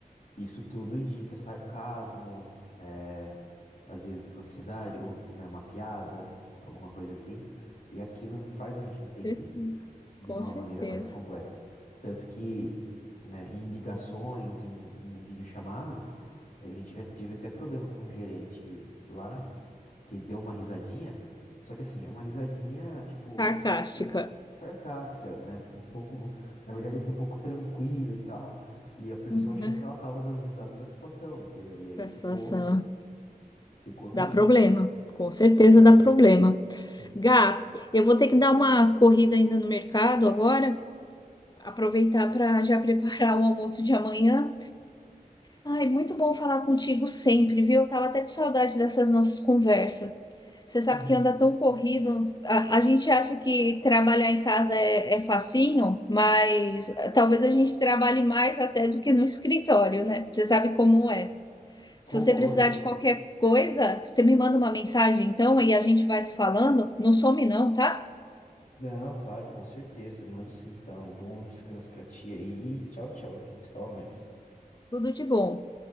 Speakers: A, on the left; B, on the left.
A: Isso tudo indica sarcasmo, é, às vezes ansiedade, ou né, uma piada, alguma coisa assim. E aquilo faz a gente entender
B: Certeza.
A: de
B: Com
A: uma
B: certeza.
A: maneira mais completa. Tanto que, né, em ligações, em, em videochamadas, a gente já tive até problema com um gerente lá que deu uma risadinha. Só que assim, é uma risadinha, tipo,
B: Sarcástica. <laughs>
A: sarcástica, né? Um pouco, na verdade, assim, um pouco tranquila e tal. E a pessoa
B: Uhum.
A: achou que ela tava dando risada da situação, entendeu? E aí
B: Da
A: ficou,
B: situação.
A: ficou ruim.
B: Dá problema. Com certeza
A: Exato.
B: dá problema.
A: Uhum.
B: Gá, eu vou ter que dar uma corrida ainda no mercado agora, aproveitar para <laughs> já preparar o almoço de amanhã. Ai, muito bom falar contigo sempre, viu? Eu tava até com saudade dessas nossas conversas. Você sabe
A: <laughs>
B: que anda tão corrido. A, a gente acha que trabalhar em casa é, é facinho, mas eh, talvez a gente trabalhe mais até do que no escritório, né? Você sabe como é. Se
A: Concordo.
B: você precisar de qualquer coisa, você me manda uma mensagem então e a gente vai se falando. Não some não, tá?
A: Não, claro, com certeza. Mando sim, então. Um bom descanso pra ti aí. e Tchau, tchau. A gente se fala mais.
B: Tudo de bom.